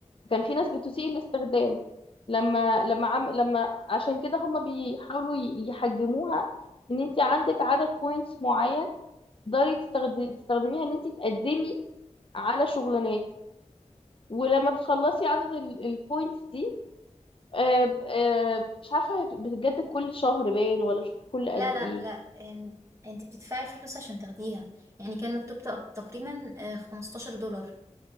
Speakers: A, on the left; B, on the right.
A: كان في ناس بتسيء الاستخدام لما لما عم لما عشان كده هم بيحاولوا ي- يحجموها ان انت عندك عدد بوينتس معين تقدري تستخد- تستخدميها ان انت تقدمي على شغلانات ولما بتخلصي عدد البوينتس دي آه، ب- آه، مش عارفه بتتجدد كل شهر باين ولا مش عارفة كل قد
B: لا لا
A: ايه
B: لا آم، انت بتدفعي فلوس عشان تاخديها يعني كان مكتوب تق- تقريبا آه، 15 دولار